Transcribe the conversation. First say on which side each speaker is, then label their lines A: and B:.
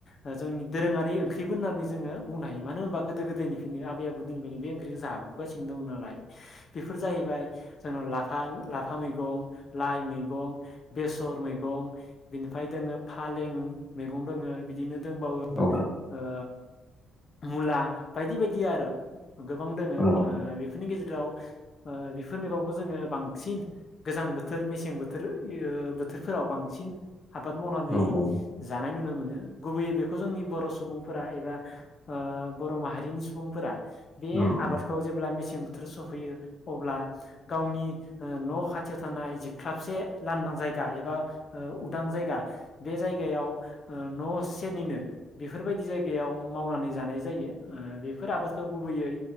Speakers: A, on the left; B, on the left.
A: ओ जोंनि दोरोङारि ओंख्रिबो होननानै जोङो बुंनो हायो मानो होनबा गोदो गोदायनिफ्रायनो आबै आबौ निफ्रायनो बे ओख्रिखौ जाबोगासिनो दं नालाय। बेफोर जाहैबाय जोंनाव लाफा लाफा मैगं लाइ मैगं बेसर सर मैगं बेनिफ्राय दोङो फालें दोङो बिदिनो दंबावो
B: औ
A: ओ मुला बायदि बायदि आरो। गोबां दोङो
B: औ
A: बेफोरनि गेजेर ओ बेफोर मैगंखौ जोङो बांसिन गोजां बोथोर मेसें बोथोर ओ बोथोरफोराव बांसिन आबाद मावनानै
B: औ औ
A: जानाय नुनो मोनो। गुबैयै बेखौ जोंनि बर' सुबुंफोरा एबा ओ बर' माहारिनि सुबुंफोरा
B: उम
A: बे
B: उम
A: आबादखौ जेब्ला मेसें बोथोर सफैयो अब्ला गावनि ओ न' खाथियाव थानाय जिख्लाबसे लांदां जायगा एबा ओ उदां जायगा बे जायगायाव ओ न' सेरनिनो बेफोर बायदि जायगायाव मावनानै जानाय जायो ओ बेफोर आबादखौ गुबैयै